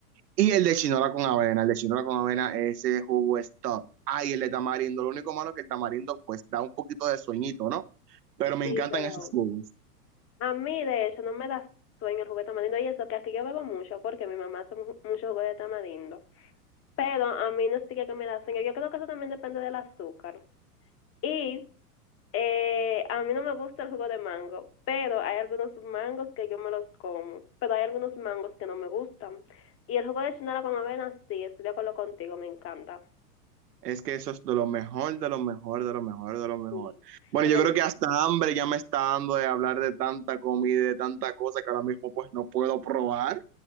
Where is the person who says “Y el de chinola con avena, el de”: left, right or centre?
Right